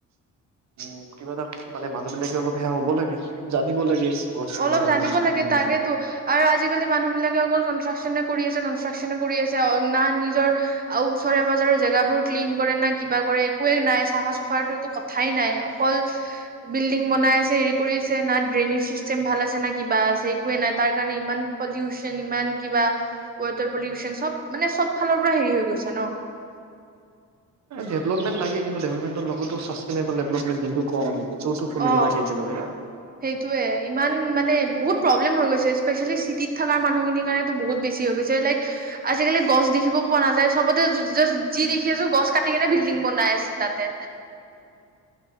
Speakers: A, on the right; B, on the right.
A: উম। কিবা এটা মানে মানুহ বিলাকে অলপ সেয়া হ'ব লাগে, জানিব লাগে। গছ ৰুব
B: অলপ জানিব
A: গছ কাটিব
B: লাগে
A: নালাগে
B: তাকেতো। আৰু আজিকালি মানুহবিলাকে অকল কনষ্ট্ৰাকশ্যনে কৰি আছে, কনষ্ট্ৰাকশ্যনে কৰি আছে, না নিজৰ আৰু ওচৰে পাজৰে জেগাবোৰ ক্লিন কৰে না কিবা কৰে একোৱে নাই, চাফা চুফাৰটো ক থাই নাই। অকল বিল্ডিং বনাই আছে, হেৰি কৰি আছে, না ড্ৰেইনিচেজ চেম ভাল আছে না কিবা আছে, একোৱে নাই তাৰ কাৰণে ইমান পলিউচন ইমান কিবা, ৱাটাৰ পলিউচন চব মানে চব ফালৰ পৰা হেৰি হৈ গৈছে ন।
A: ডেভলপমেন্ট লাগে, কিন্তু ডেভলপমেণ্ট লগতো ছাষ্টেইনেবল ডেভলপমেন্ট যোনটো ক‌ওঁ আমি তটো ফুলিব
B: অ
A: লাগে একেলগে।
B: সেইটোয়ে ইমান মানে বহুত প্ৰব্লেম হৈ গৈছে, স্পেচিয়েলি চিটিত থকা মানুহখিনিৰ কাৰণেতো বহুত বেছি হৈ গৈছে। লাইক আজিকালি গছ দেখিব পোৱা নাযায়, চবতে যি দেখি আছো গছ কাটি কেনে বিল্ডিং বনাই আছো তাতে।
A: <inaudible>